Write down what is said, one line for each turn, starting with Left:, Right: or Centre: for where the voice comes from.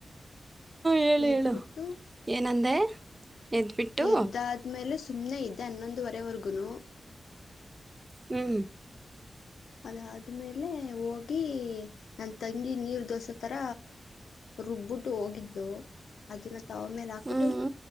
Right: ಹೇಳು
Left: ಎದ್ದಬಿಟ್ಟು
Right: ಹೇಳು ಏನಂದೆ? ಎದ್ಬಿಟ್ಟು
Left: ಎದ್ದಾದ್ಮೇಲೆ ಸುಮ್ನೆ ಇದ್ದೆ ಹನ್ನೊಂದುವರೆವರ್ಗುನು.
Right: ಹ್ಮ್
Left: ಅದಾದ್ಮೇಲೆ ಹೋಗಿ ನನ್ ತಂಗಿ ನೀರ್ ದೋಸೆ ತರ ರುಬ್ಬುಟ್ಟು ಹೋಗಿದ್ಲು ಅದನ್ನ ತವಾ ಮ್ಯಾಲ ಹಾಕ್ಬಿಟ್ಟು
Right: ಹ್ಮ್